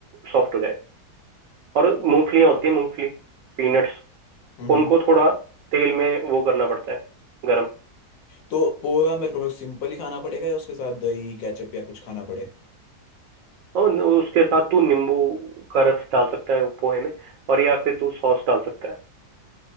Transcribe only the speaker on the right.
सॉफ्ट हो जाए और मूंगफलियां होती है मूंगफली पीनट्स
उनको थोड़ा तेल में वो करना पड़ता है गरम
और न- उसके साथ तू नींबू का रस डाल सकता है पोहे में और या फिर तू सॉस डाल सकता है